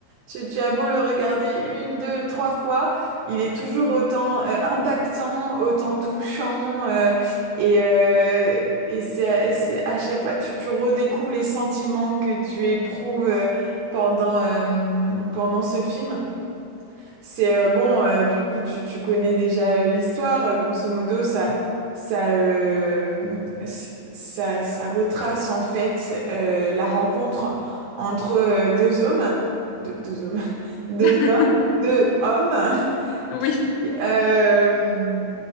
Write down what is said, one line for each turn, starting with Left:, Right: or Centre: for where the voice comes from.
Right: tu, tu as beau le regarder une, deux, trois fois, il est toujours
Left: Mmh,
Right: autant euh, impactant, autant touchant euh, et, euh, et c'est, c'est à chaque fois tu, tu redécouvres les sentiments que tu éprouves euh, pendant, euh, pendant ce film. C'est euh, bon, euh, du coup, tu, tu connais déjà euh, l'histoire. euh, grosso modo, ça,
Left: mmh.
Right: ça, euh, c- ça, ça retrace en fait euh, la rencontre entre euh, deux hommes, deux, deux hommes, <laughs> deux,
Left: <laughs>
Right: deux hommes <laughs>
Left: Oui,
Right: qui, euh,